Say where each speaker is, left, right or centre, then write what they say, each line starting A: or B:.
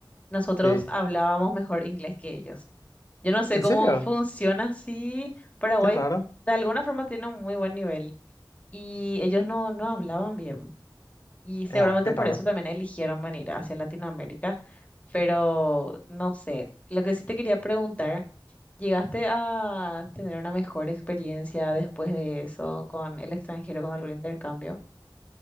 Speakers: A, on the left; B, on the left.
A: nosotros
B: Sí.
A: hablábamos mejor inglés que ellos. Yo no sé
B: ¿En
A: cómo
B: serio?
A: funciona así. Paraguay
B: Qué raro.
A: de alguna forma tiene un muy buen nivel y ellos no, no hablaban bien. Y seguramente
B: Ya, qué
A: por
B: raro.
A: eso también eligieron venir hacia Latinoamérica, pero no sé, lo que sí te quería preguntar, ¿llegaste a tener una mejor experiencia después de eso con el extranjero, con algún intercambio?